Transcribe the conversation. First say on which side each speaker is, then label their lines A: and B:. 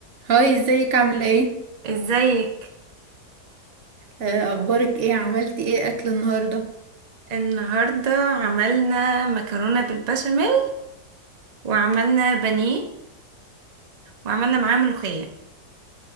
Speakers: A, on the right; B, on the right.
A: هاي ازيك عاملة ايه؟
B: ازيك
A: آه، اخبارك ايه؟ عملتي ايه اكل النهاردة؟
B: النهارده عملنا مكرونه بالبشاميل وعملنا بانيه وعملنا معاه ملوخيه